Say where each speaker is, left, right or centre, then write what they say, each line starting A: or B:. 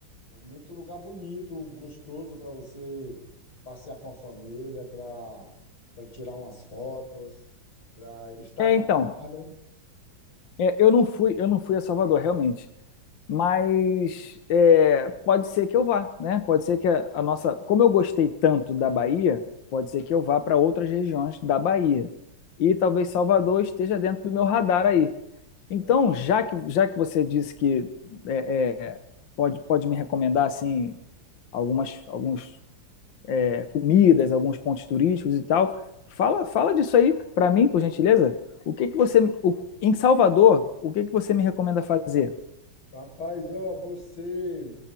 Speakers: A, on the left; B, on the left.
A: muito lugar bonito, gostoso para você passear com a família, para para tirar umas fotos, para Instagramar,
B: É, então,
A: né?
B: é, eu não fui, eu não fui a Salvador, realmente. Mas é, pode ser que eu vá, né? Pode ser que a, a nossa. Como eu gostei tanto da Bahia, pode ser que eu vá para outras regiões da Bahia. E talvez Salvador esteja dentro do meu radar aí. Então,
A: É.
B: já que, já que você disse que é, é, pode, pode me recomendar assim algumas alguns, é, comidas, alguns pontos turísticos e tal, fala, fala disso aí para mim, por gentileza. O que que você o- em Salvador, o que que você me recomenda fazer?
A: Rapaz, ó, você